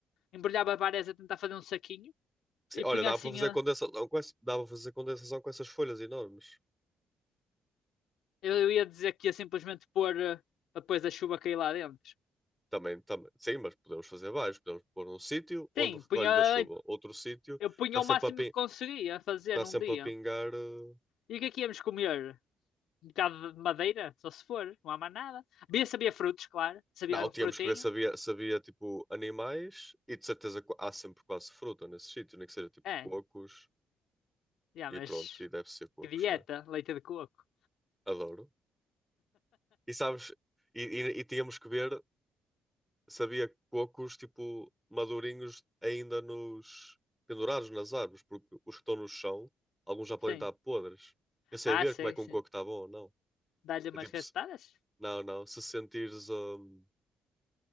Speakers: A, on the left; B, in the centre.
A: embrulhava várias a tentar fazer um saquinho
B: Sim,
A: e
B: olha,
A: punha
B: dá
A: assim.
B: para fazer
A: eh,
B: condensação com essa, dá para fazer condensação com essas folhas enormes.
A: Eu eu ia dizer que ia simplesmente pôr eh, para depois da chuva cair lá dentro.
B: Também, também. Sim, mas podemos fazer vários. Podemos pôr um sítio onde
A: Sim,
B: recolhe
A: punha,
B: da chuva, outro sítio
A: eu punha
B: está sempre
A: o máximo
B: a pin-
A: que conseguia fazer
B: está
A: num
B: sempre
A: dia.
B: a pingar. eh,
A: E o que é que íamos comer? Um bocado de madeira, só se for, não há mais nada. Bia sabia frutos, claro, sabia
B: Não, tínhamos
A: frutinho.
B: que ver se havia, se havia, tipo animais e de certeza qu- há sempre quase fruta nesse sítio, nem que seja tipo
A: É,
B: cocos
A: já,
B: e
A: mas
B: pronto, e deve ser cocos,
A: que dieta,
B: né?
A: leite de coco.
B: Adoro. E sabes, e, e, e tínhamos que ver se havia cocos tipo madurinhos ainda nos pendurados nas árvores, porque os que estão no chão, alguns já podem
A: Sim,
B: estar podres. Eu sei
A: ah,
B: ver
A: sim,
B: como é que
A: sim.
B: um coco está bom ou não.
A: Dá-lhe umas
B: É tipo,
A: gastadas?
B: se- não, não, se sentires, hum,